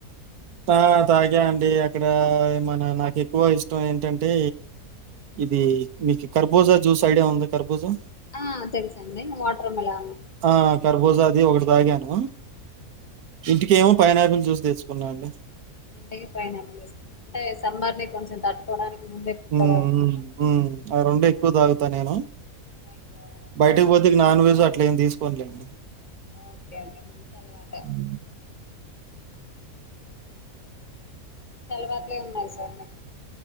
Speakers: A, on the right; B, on the left.
A: తా తాగ అండి ఇక్కడ మన నాకు ఎక్కువ ఇష్టం ఏంటంటే ఇది మీకు కర్బూజా జ్యూస్ ఐడియా ఉందా కర్బోజా
B: ఆ తెలుసండి వాటర్ మిలాన్
A: ఆ! కర్బూజా అది ఒకటి తాగాను ఇంటికేమో పైనాపిల్ జ్యూసి తెచ్చుకున్నా అండి
B: ఇంటికి పైనాపిల్ జూసేన అంటే సమ్మర్ ని కొంచెం తట్టుకోవడానికి ముందే ప్రిపేర్
A: మ్మ్
B: అవుతున్నారా
A: మ్మ్ మ్మ్ ఆ రెండు ఎక్కువ తాగుతా నేను
B: ఎక్కువ తాగుతారా
A: బయటకు పోతే నాన్ వెజ్ అట్లేమి తీసుకోనులేండి
B: ఓకే ఓకే మంచి అలవాటే
A: హ్మ్.
B: చలవాట్లే ఉన్నాయి సార్ మీకు